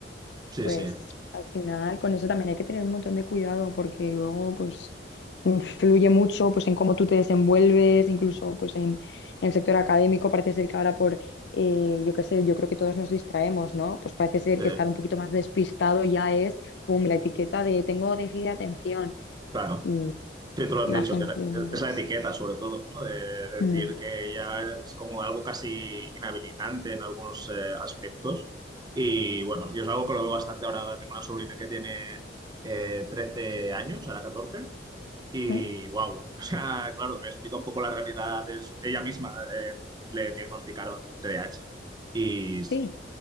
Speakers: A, on the right (about 25°); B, on the left (about 70°).
A: sí,
B: pues
A: sí,
B: al final con eso también hay que tener un montón de cuidado porque luego pues influye mucho pues en cómo tú te desenvuelves, incluso pues en, en el sector académico parece ser que ahora por, eh, yo qué sé, yo creo que todos nos distraemos, ¿no? Pues parece ser
A: sí,
B: que estar un poquito más despistado ya es, pum, la etiqueta de tengo déficit de atención
A: claro.
B: y,
A: Sí, tú lo has
B: y
A: dicho,
B: la gente
A: que es
B: pues,
A: la etiqueta sobre todo, ¿no? De decir
B: mm,
A: que ya es como algo casi inhabilitante en algunos eh, aspectos. Y bueno, yo es algo que lo veo bastante ahora. Tengo una sobrina que tiene eh, 13 años, ahora 14 y
B: mm,
A: wow, <laughs> o sea, claro, me explica un poco la realidad. de su- ella misma eh, le diagnosticaron TDAH y s-
B: sí,